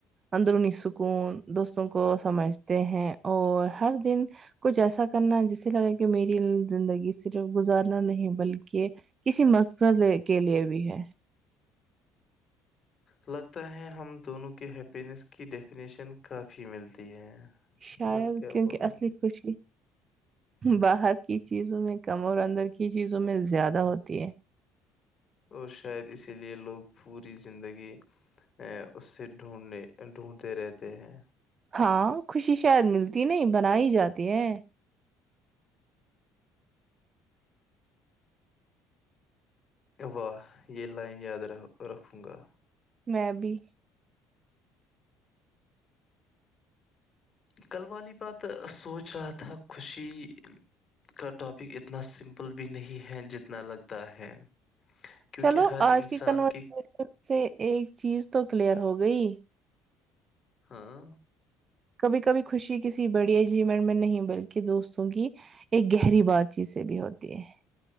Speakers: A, on the right; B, on the left.
A: اندرونی سکون دوستوں کو سمجھتے ہیں اور ہر دن کچھ ایسا کرنا جسے لگا کہ میری زندگی صرف گزارنا نہیں بلکہ کسی مقصد کے لیے بھی ہے
B: لگتا ہے ہم دونوں کے ہیپینیس کی ڈیفینیشن کافی ملتی ہے
A: شاید
B: بٹ کیا
A: کیونکہ
B: بولو
A: اصلی خوشی باہر کی چیزوں میں کم اور اندر کی چیزوں میں زیادہ ہوتی ہے
B: اور شاید اسی لیے لوگ پوری زندگی ا اس سے ڈھونڈنے ڈھونڈتے رہتے ہیں
A: ہاں خوشی شاید ملتی نہیں بن ہی جاتی ہے
B: واہ یہ لائن یاد رکھوں گا
A: میں بھی
B: کل والی بات سوچ رہا تھا خوشی کا ٹاپک اتنا سمپل بھی نہیں ہے جتنا لگتا ہے کیونکہ
A: چلو
B: ہر
A: آج
B: انسان
A: کی کنورسشن سے ایک چیز تو کلیئر ہوگی گئی
B: ہاں
A: کبھی کبھی خوشی کسی بڑی اچیومنٹ میں نہیں بلکہ دوستوں کی ایک گہری بات چیت سے بھی ہوتی ہے